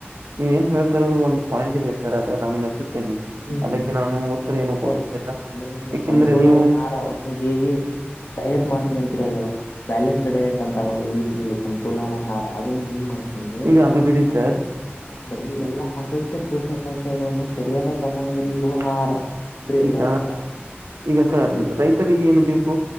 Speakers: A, on the right; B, on the left.
A: ನೀವ ಏನ್ ಹೇಳ್ತರೋದು ಒಂದು ಪಾಯಿಂಟ್ ಇದೆ ಸರ್ ಅದ ನಾನು ಮೆ
B: ಹ್ಮ್.
A: ಅದಕ್ಕೆ
B: ರಚಿತ
A: ನಾನು ಉತ್ತರ ಏನು ಕೊಡುವುದಿಲ್ಲ
B: ಉತ್ತಮ ಅಂದ್ರೆ ನಿಮ್ಗೆ
A: ಏಕೆಂದ್ರೆ
B: ಸಮತೋಲನ
A: ನೀವು
B: ಆಹಾರವನ್ನು ಹೇಗೆ ಡಯಟ್ ಮಾಡ್ತೀನೀ ಅಂತಿರಲ್ಲವ ಬ್ಯಾಲೆನ್ಸ್ಡ್ ಡಯಟ್ ಅಂತ ನೋಡಿ ಇಂಗ್ಲೀಷ್ ನಲ್ಲಿ ಸಮ ತೋಲನ ಆಹಾರ ಅದನ್ನು ಹ ೊಂಡ ರ
A: ಈಗ ಅದು ಬಿಡಿ
B: ಸಂಂತು
A: ಸರ್
B: <unintelligible> ರೆ ಎಲ್ಲಾ ಅಗತ್ಯ ಪೋಷಕಾಂಶಗಳನ್ನು ಸರಿಯಾದ ಪ್ರಮಾಣದಲ್ಲಿ ಇರುವ ಆಹಾರ
A: ಹ
B: ಅಂದ್ರೆ ಎಲ್ಲ
A: ಈಗ
B: ಪ್ರತಿದಿನ
A: ಈಗ ಸರ್ ರೈತರಿಗೆ ಏನು ಬೇಕು